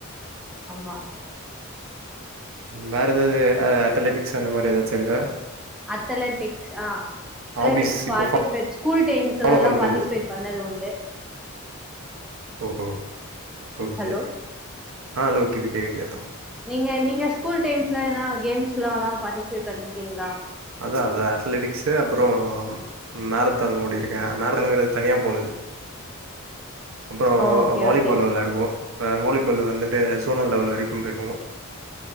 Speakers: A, in the centre; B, on the right.
A: ஆமா
B: வேரெதாது அத்லெட்டிக்ஸ் அந்த மாரி எதாச்சு இருக்கா
A: அத்லெட்டிக்ஸ் அ அத்லெட்டிக்ஸ்
B: ஹாபிஸ்
A: பார்ட்டிசிபேட்
B: இப்போ
A: ஸ்கூல் டைம்லல்லா
B: ஃபாலோ பண்றது
A: பார்ட்டிசிபேட் பண்ணது உண்டு
B: ஓஹோ ஓகே
A: ஹலோ
B: அ <unintelligible>
A: நீங்க நீங்க ஸ்கூல் டைம்ஸ்லா எதான கேம்ஸ்லல்லா பார்ட்டிசிபேட் பண்ணிருக்கீங்ளா
B: அதா அ அத்லெட்டிக்ஸ்சு அப்றோ மேரத்தான் ஓடிருக்கே மேரத்தான்னுங்கிறது தனியா போனது
A: <inaudible>
B: அப்றோ
A: ஓகே
B: வாலிபால்
A: ஓகே
B: வெளாடுவோ அ வாலிபால் வந்துட்டு ஜோனல் லெவல் வரைக்கு போயிருக்கோ